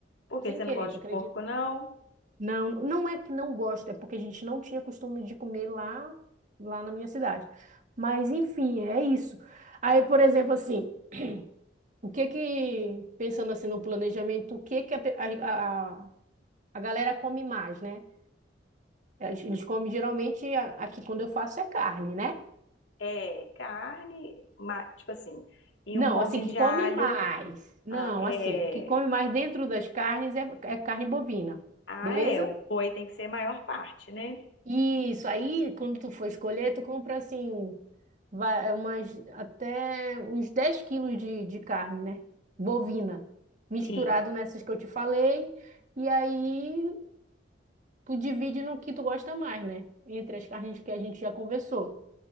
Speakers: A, on the left; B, on the right.
A: porque
B: Sem
A: você
B: querer,
A: não gosta
B: tu acredita?
A: de porco, não?
B: Não, não é que não gosto, é porque a gente não tinha costume de comer lá, lá na minha cidade. Mas enfim, é isso. Aí, por exemplo, assim, o que que, pensando assim no planejamento, o que que a, pe- a, a, a galera come mais, né? Eles eles comem geralmente, a- aqui quando eu faço é carne, né?
A: É carne, ma- tipo assim, e
B: Não,
A: um pãozinho
B: assim, que
A: de
B: come
A: alho.
B: mais. Não,
A: Ah, é,
B: assim, que come mais dentro das carnes é, é carne bovina,
A: ah,
B: beleza?
A: é, o boi tem que ser a maior parte, né?
B: Isso, aí quando tu for escolher, tu compra assim, vai umas, até uns 10 quilos de, de carne, né? Bovina, misturado
A: Sim,
B: nessas que eu te falei, e aí tu divide no que tu gosta mais, né? Entre as carnes que a gente já conversou.